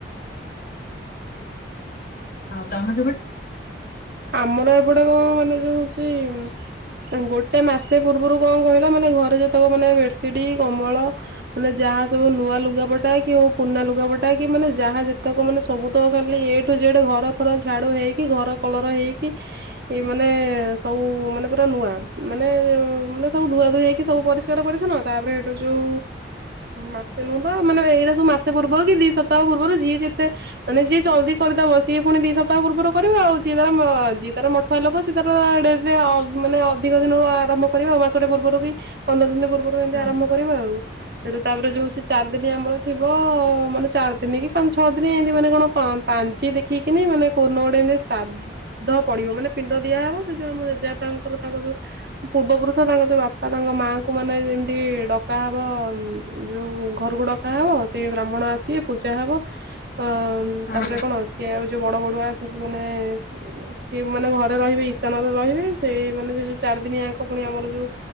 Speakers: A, on the left; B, on the right.
A: ହଉ ତମ ସେପଟେ।
B: ଆମର ଏଗୁଡା କଣ ମାନେ ଯୋଉ ହଉଛି ଗୋଟେ ମାସ ସେ ପୂର୍ବରୁ କଣ କହିଲା ମାନେ ଘରେ ଯେତେକ ମାନେ ବେଡସିଟ କମଳ ମାନେ ଯାହା ସବୁ ନୂଆ ଲୁାପଟା କିଉ ପୁନନା ଲୁଗା ବଟା କି ମାନ ଯାହା ଯେତେ ତାକ ମାନେ ସବୁ ତ ଖାଲି ଏ ଟୁ ଜେଡ ଘର ଫର ଝାଡୁ ହେଇକି ଘର କଲର ହେଇକି ଏଇ ମାନେ ସବୁ ମାନେ ପୁରା ନୂଆ ମାନେ ମାନେ ସବୁ ଧୁଆ ଧୁ ହେଇକି ସବୁ ପରି ପଛନ ତାପରେ ଏଇଠୁ ଯୋଉ ମାସେ ନୁହଁ ତ ମାନେ ଏଇଟ ସ ମାସେ ପୂର୍ବରୁ କି ଦି ସ ସପ୍ତାହ ପୂର୍ବରୁ ଯିଏ ଯେତେ ମାନେ ଯିଏ ଜଲଦି କରିଦବ ସିଏ ପୁଣି ଦି ସପ୍ହ ପୂର୍ବର କରିବା ଆଉ। ଯିଏ ତାର ଯିଏ ତାର ମଠୁଆ ଲୋକ ସେିଏ ତାର ଡେଟ୍ରେ ମାନେ ଅଧିକ ଦିନରୁ ଆରମ୍ଭ କରିବେ ଆଉ ମାସଟେ ପୂର୍ବରୁ କି ପନ୍ଦର ଦିନ ପୂର୍ବରୁ। ଏମତି
A: ହଁ
B: ଆରମ୍ଭ କରିବା ଆଉ ସେଠୁ ତାପରେ ଯୋଉଛି ଚାରି ଦିନି ଆମର ଥିବ ମାନେ ଚାରି ଦିନ କି। ଛଅ ଦିନ ଏମିତି ମାନେ କଣ ପାଞ୍ଚି ଦେଖିକିନି ମାନେ କ ଗୋଟେ ଏମିତି ତାଦ ପଡିବ ମାନେ ପିଣ୍ଡ ଦିଆହବ ସେ ଯୋଉ ଆମ ଜେଜେପାଙ୍କର ତାଙ୍କ ଯୋଉ। ପୂର୍ବ ପୁରୁଷ ତାଙ୍କ ଯୋଉ ବାପା ତାଙ୍କ ମାଆଙ୍କୁ ମାନେ ଯେମିତି ଡକାହବ ଯୋଉ ଘରକୁ ଡକା ହବ ସେଇ ବ୍ରାହ୍ମଣ ଆସିବେ ପୁ ଯାହା ହବ ଅ
A: ହଁ
B: ତାପରେ କଣ ସିଏ ଆଉ ଯୋଉ ବଡ ବଡୁଆ ଆସିକି ମାନେ। ସିଏ ମାନେ ଘରେ ରହିବେ ଈଶାନରେ ରହିବେ ସେ ମାନେ ସେ ଯୋଉ ଚାରିଦିନି ୟାଙ୍କ ପୁଣି ଆମର ଯୋଉ।